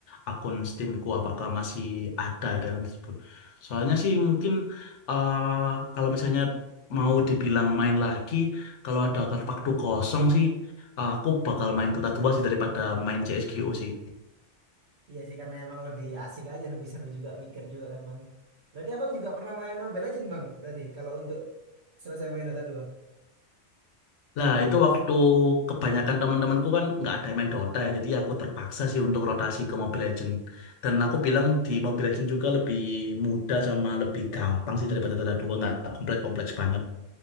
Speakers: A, on the left; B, on the right.
A: akun Steamku apakah masih ada item tersebut. Soalnya sih mungkin eh, kalau misalnya mau dibilang main lagi, kalau ada waktu kosong sih, eh, aku bakal main Dota 2 sih daripada main CSGO sih.
B: Iya sih karena emang lebih asik aja, lebih seru juga mikir juga kan bang. Berarti abang juga pernah main Mobile Legends bang? Berarti kalau untuk selesai main Dota dua
A: Nah, itu waktu kebanyakan teman-temanku kan nggak ada yang main Dota ya, jadi aku terpaksa sih untuk rotasi ke Mobile Legends. Dan aku bilang di Mobile Legends juga lebih mudah sama lebih gampang sih daripada Dota 2, nggak kompleks-kompleks banget.